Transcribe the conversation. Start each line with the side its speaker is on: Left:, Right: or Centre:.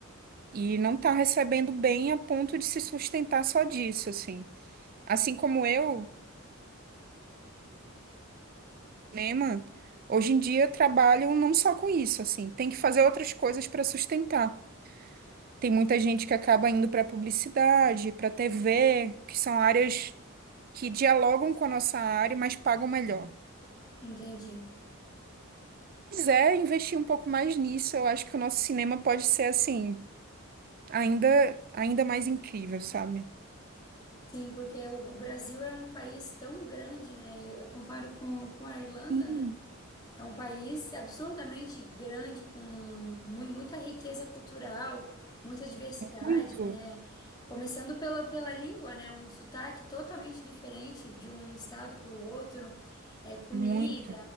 Right: e não tá recebendo bem a ponto de se sustentar só disso, assim. Assim como eu, cinema, hoje em dia trabalho não só com isso, assim, tem que fazer outras coisas para sustentar. Tem muita gente que acaba indo para publicidade, para TV, que são áreas que dialogam com a nossa área, mas pagam melhor.
Left: entendi.
Right: Se quiser investir um pouco mais nisso, eu acho que o nosso cinema pode ser assim, ainda, ainda mais incrível, sabe?
Left: Sim, porque o, o Brasil é um país tão grande, né? e Eu comparo com, com a Irlanda,
Right: Sim,
Left: né? É um país absurdamente grande, com mu- muita riqueza cultural, muita diversidade,
Right: muito,
Left: né? Começando pela, pela língua, né? Um sotaque totalmente diferente de um estado para o outro, é, comida.
Right: muito.